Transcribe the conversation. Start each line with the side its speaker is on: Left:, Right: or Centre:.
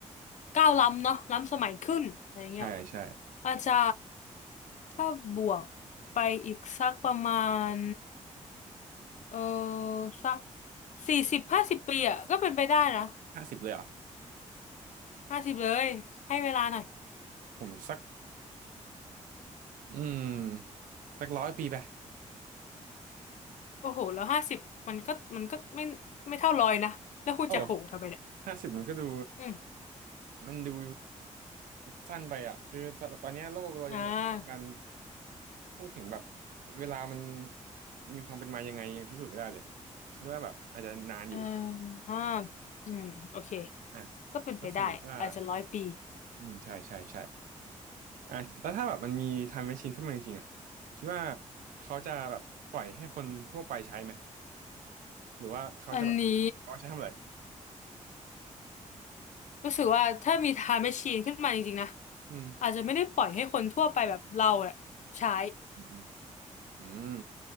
Left: ก้าวล้ำเนาะล้ำสมัยขึ้นอะไรเงี้ย
Right: ใช่ใช่
Left: อาจจะถ้าบวกไปอีกสักประมาณเออสักสี่สิบห้าสิบปีอ่ะก็เป็นไปได้นะ
Right: ห้าสิบเลยเหรอ
Left: ห้าสิบเลยให้เวลาหน่อย
Right: ผมสักอืมสักร้อยปีไป
Left: โอ้โหแล้วห้าสิบมันก็มันก็ไม่ไม่เท่าร้อยนะแล้วคุณจะโหทำไมเนี่ย
Right: โอ้ห้าสิบมันก็ดู
Left: อืม
Right: มันดูสั้นไปอ่ะคือตอนเนี้ยโลกเรายังแบบการ
Left: อ่า
Right: พูดถึงแบบเวลามันมีความเป็นมายังไงยังพิสูจน์ไม่ได้เลยคิดว่าแบบอาจจะนานอยู่
Left: อ่าอ่าอืมโอเค
Right: อ่ะ
Left: ก็เป็นไปได้อาจจะร้อยปี
Right: แล้วสมมติว่าอืมใช่ใช่ใช่ อ่ะแล้วถ้าแบบมันมี time machine ขึ้นมาจริงๆอ่ะคิดว่าเขาจะแบบปล่อยให้คนทั่วไปใช้ไหมหรือว่าเขาจะแบบเอาใช้ทำอะไร
Left: อันนี้รู้สึกว่าถ้ามีไทม์แมชชีนขึ้นมาจริงๆนะ
Right: อืม
Left: อาจจะไม่ได้ปล่อยให้คนทั่วไปแบบเราอะใช้
Right: อืมอืมอืม